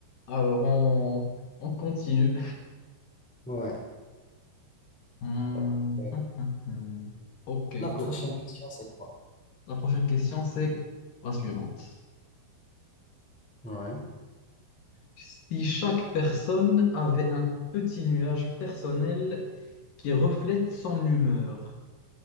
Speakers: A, on the left; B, in the centre.
A: Alors, on, on continue.
B: Ouais,
A: Hmm,
B: Donc, euh,
A: hmm, hmm, hmm. Ok,
B: la prochaine
A: go.
B: question, c'est quoi?
A: La prochaine question, c'est la suivante.
B: ouais.
A: Si chaque personne avait un petit nuage personnel qui reflète son humeur,